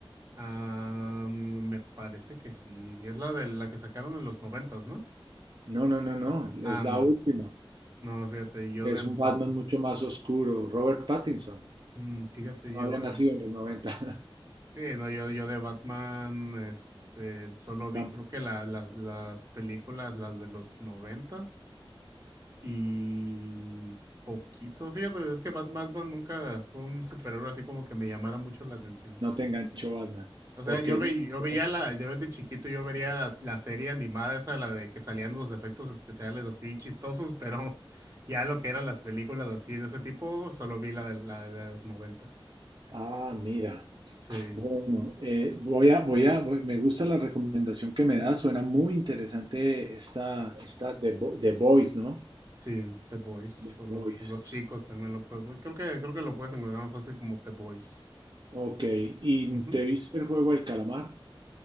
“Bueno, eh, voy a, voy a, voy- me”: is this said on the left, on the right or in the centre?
Right